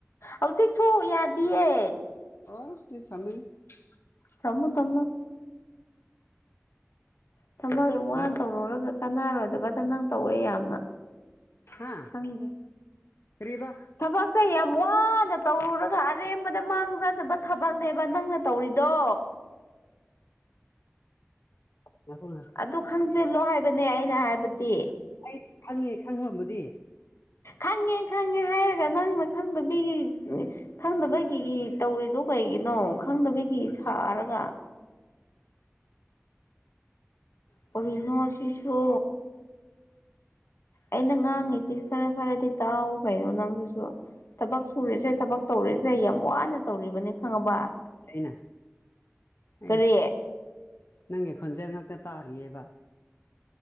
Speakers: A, on the left; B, on the left.
A: ꯍꯧꯖꯤꯛꯁꯨ ꯌꯥꯗꯤꯌꯦ
B: <unintelligible>
A: ꯊꯝꯃꯣ ꯊꯝꯃꯣ ꯊꯝꯃꯣ ꯌꯥꯝ ꯋꯥꯅ
B: ꯉꯥꯏꯈꯣ
A: ꯇꯧꯔꯣꯔꯒ ꯀꯥꯅꯥꯔꯣꯏꯗꯕꯗ ꯅꯪ ꯇꯧꯋꯦ ꯌꯥꯝꯅ
B: ꯍꯥ
A: ꯈꯪꯗꯦ
B: ꯀꯔꯤꯕ
A: ꯊꯕꯛꯁꯦ ꯌꯥꯝ ꯋꯥꯅ ꯅ ꯇꯧꯔꯨꯔꯒ ꯑꯔꯦꯝꯕꯗ ꯃꯥꯡꯖꯅꯕ ꯊꯕꯛꯅꯦꯕꯥ ꯅꯪꯅ ꯇꯧꯔꯤꯗꯣ
B: ꯉꯥꯏꯈꯣ ꯉꯥꯏꯈꯣ
A: ꯑꯗꯨ ꯈꯪꯖꯤꯜꯂꯣ ꯍꯥꯏꯕꯅꯦ ꯑꯩꯅ ꯍꯥꯏꯕꯗꯤ
B: ꯑꯩ ꯈꯪꯉꯦ ꯈꯪꯉꯝꯕꯗꯤ
A: ꯈꯪꯉꯦ ꯈꯪꯉꯦ ꯍꯥꯏꯔꯒ ꯅꯪꯅ ꯈꯪꯗꯕꯤꯒꯤ <unintelligible> ꯈꯪꯗꯕꯒꯤꯒꯤ ꯇꯧꯔꯤꯗꯣ ꯀꯩꯒꯤ ꯀꯩꯅꯣ ꯈꯪꯗꯕꯒꯤ ꯁꯥꯔꯒ ꯀꯔꯤꯅꯣ ꯁꯤꯁꯨ ꯑꯩꯅ ꯉꯥꯡꯉꯤꯁꯤ ꯈꯔ ꯈꯔꯗꯤ ꯇꯥꯎ ꯀꯩꯅꯣ ꯅꯪꯁꯤꯁꯨ ꯊꯕꯛ ꯁꯨꯔꯤꯁꯦ ꯊꯕꯛ ꯇꯧꯔꯤꯁꯦ ꯌꯥꯝ ꯋꯥꯅ ꯇꯧꯔꯤꯕꯅꯦ ꯈꯪꯉꯕꯥ
B: ꯑꯩꯅ ꯑꯦ
A: ꯀꯔꯤ
B: ꯅꯪꯒꯤ ꯈꯣꯟꯖꯦꯟ ꯉꯥꯛꯇ ꯇꯥꯔꯤꯕꯌꯦꯕꯥ